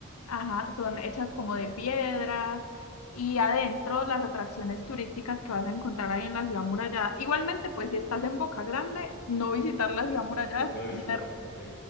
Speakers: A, on the left; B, on the left.
A: ajá, son hechas como de piedra y adentro las atracciones turísticas que vas a encontrar ahí en la ciudad murallada. Igualmente, pues si estás en Boca Grande, no visitar la ciudad murallada
B: Se puede
A: es
B: visitar,
A: un
B: ok.